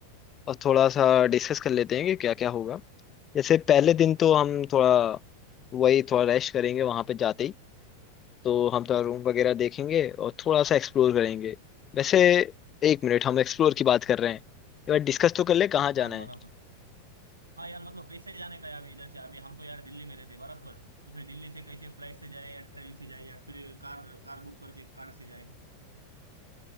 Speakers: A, on the left; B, on the right.
A: अ, थोड़ा सा डिस्कस कर लेते हैं कि क्या क्या होगा जैसे पहले दिन तो हम थोड़ा वही थोड़ा रेस्ट करेंगे वहां पे जाते ही तो हम थोड़ा रूम वगैरह देखेंगे और थोड़ा सा एक्सप्लोर करेंगे वैसे एक मिनट हम एक्सप्लोर की बात कर रहे हैं एक बार डिस्कस तो कर ले कहाँ जाना
B: हाँ बराबर
A: है
B: हाँ यार मतलब कैसे जाने का है अभी इधर से अभी हम तो यार दिल्ली में रहते बराबर तो फिर दिल्ली से कैसे फ्लाइट से जाए या ट्रेन से जाए या फिर कार कार बुक करके कार से जाए